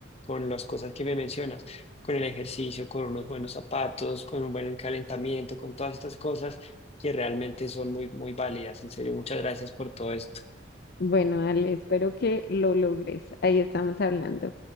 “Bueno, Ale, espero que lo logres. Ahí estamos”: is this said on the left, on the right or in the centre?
Left